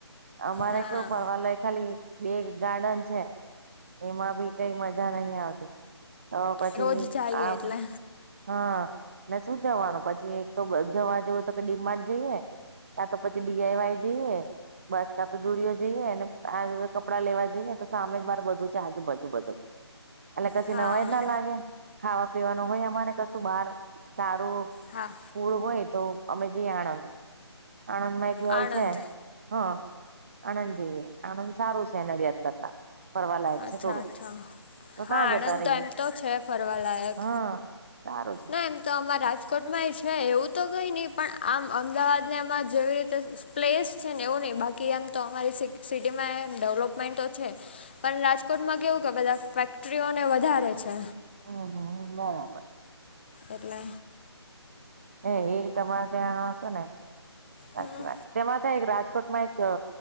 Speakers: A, on the right; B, on the left.
A: અમારે
B: હા
A: કેવું ફરવલો ખાલી ગાર્ડન છે એમાં બી કઈ મજા નહી આવતી તો પછી
B: રોજ જઈએ
A: આમ.
B: એટલે
A: હા, શું જવાનું પછી એક તો જવા જેવું તો કે ડી માટૅ જઈએ. ક્યાં તો પછી ડીઆઈ વાઈ જઈએ. બસ કા તો જુડીયો જઈએ, અને આ કપડાં લેવા જઈએ, તો સામે જ મારે બધું છે આજે બધું બધું. એટલે કશી
B: હા
A: નવાઈજ ના લાગે, ખાવા પીવાનું હોય અમારે - કશું બાર સારૂ-
B: હા
A: પૂળ હોય તો અમે જઈએ આણંદ, આણંદ માં એક મોલ
B: આણંદ
A: છે. હા આણંદ જઈએ, આણંદ સારું છે નડિયાદ કરતાં. ફરવા લાયક
B: અચ્છા
A: છે થોડુંક,
B: અચ્છા
A: તો
B: હા
A: ત્યાં જતા
B: આણંદ
A: રહીએ.
B: તો એમ તો છે ફરવાલાયક
A: હમ સારું
B: ના એમ તો અમારા રાજકોટમાં છે. એવું તો કઈ નહી, પણ આમ અમદાવાદ ને આમાં જેવી રીતે- -પ્લેસ છે ને એવું નહીં, બાકી એમ તો અમારી સિટીમાં એમ ડેવલપમેન્ટો છે. પણ રાજકોટમાં કેવું કે બધા ફેક્ટરીઓને વધારે છે.
A: હ હ બરાબર.
B: એટલે
A: હ ગીર તમારે ત્યાં હશે ને? સાચી
B: હમ
A: વાત, છે તેમાં તે એક રાજકોટમાં એક-